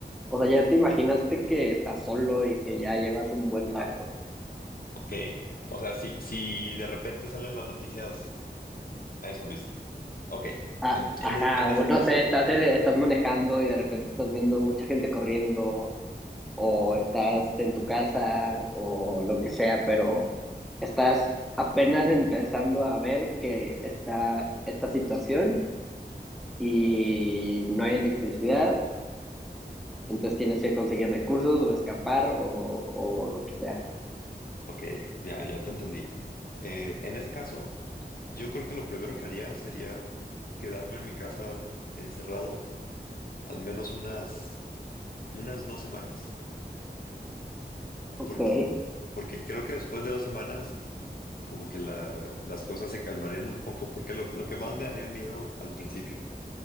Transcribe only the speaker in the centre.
O sea, ya te imaginaste que estás solo y que ya llevas un buen rato.
Ah,
ajá,
o no
sé, estás, eh, estás manejando y de repente estás viendo mucha gente corriendo, o estás en tu casa, o lo que sea, pero estás apenas empezando a ver que está esta situación y no hay electricidad, entonces tienes que conseguir recursos o escapar o, o lo que sea.
Ok,